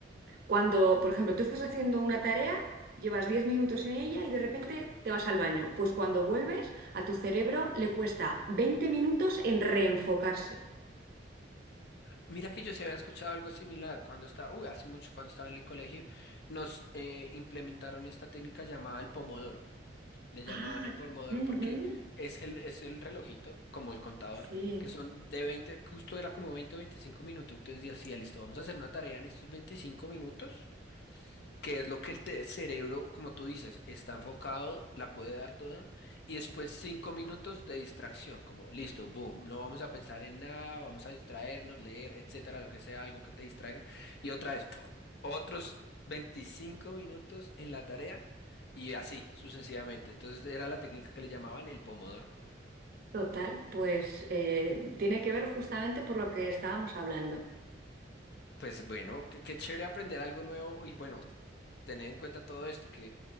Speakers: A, on the right; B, on the left.
A: Cuando, por ejemplo, tú estás haciendo una tarea, llevas 10 minutos en ella y de repente te vas al baño. Pues cuando vuelves, a tu cerebro le cuesta 20 minutos en reenfocarse.
B: Mira que yo se había escuchado algo similar cuando estaba, uy, hace mucho, cuando estaba en el colegio, nos eh, implementaron esta técnica llamada el pomodoro. Le
A: Ah,
B: llamaban el Pomodoro
A: ujú,
B: porque es el, es el relojito, como el contador,
A: Sí.
B: que son de 20, justo era como 20 o 25 minutos. Entonces decía, listo, vamos a hacer una tarea en estos 25 minutos que es lo que el te- cerebro, como tú dices, está enfocado, la puede dar toda, y después cinco minutos de distracción, como listo, boom, no vamos a pensar en nada, vamos a distraernos, leer, etcétera, lo que sea, algo que te distraiga, y otra vez, o- otros 25 minutos en la tarea, y así sucesivamente. Entonces era la técnica que le llamaban el pomodoro.
A: Total, pues eh, tiene que ver justamente por lo que estábamos hablando.
B: Pues bueno, qué, qué chévere aprender algo nuevo y bueno, tener en cuenta todo esto, que